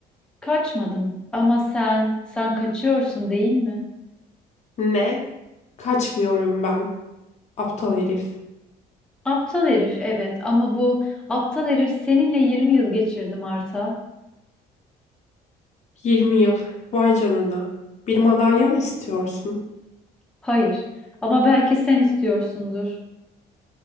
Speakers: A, in the centre; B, on the left (about 45°).
A: Kaçmadım ama sen, sen kaçıyorsun değil mi?
B: Ne? Kaçmıyorum ben. Aptal herif.
A: Aptal herif evet ama bu aptal herif seninle 20 yıl geçirdi Marta.
B: Yirmi yıl. Vay canına. Bir madalya mı istiyorsun?
A: Hayır ama belki sen istiyorsundur.